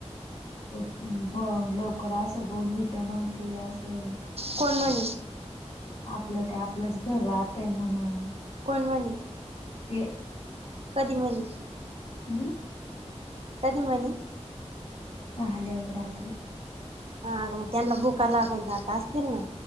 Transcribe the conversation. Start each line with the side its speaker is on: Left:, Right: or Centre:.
Left: लवकर असं बोलवीत नव्हते असं
Right: कोण म्हण
Left: आपलं ते आपलंच घर राहतय म्हणून
Right: कोण म्हण
Left: ती
Right: कधी म्हणली
Left: हम्म
Right: कधी म्हणली
Left: आल्यावर रात्री
Right: हा आग म त्यांना भुका लागून जात असतील ना.